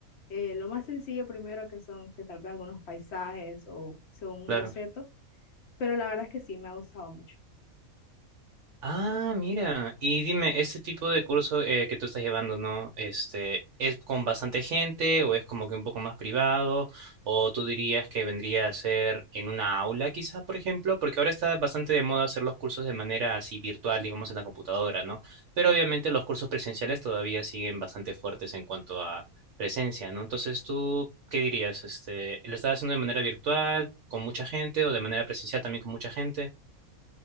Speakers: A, on the left; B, on the right.
A: eh, lo más sencillo primero que son que tal vez algunos paisajes o son un
B: Claro.
A: boceto, pero la verdad es que sí me ha gustado mucho.
B: Ah, mira. Y dime, ¿este tipo de curso eh, que tú estás llevando, ¿no? Este, ¿es con bastante gente o es como que un poco más privado? ¿O tú dirías que vendría a ser en una aula quizás, por ejemplo? Porque ahora está bastante de moda hacer los cursos de manera así virtual, digamos, en la computadora, ¿no? Pero obviamente los cursos presenciales todavía siguen bastante fuertes en cuanto a presencia, ¿no? Entonces, ¿tú qué dirías? Este, ¿lo estás haciendo de manera virtual, con mucha gente o de manera presencial también con mucha gente?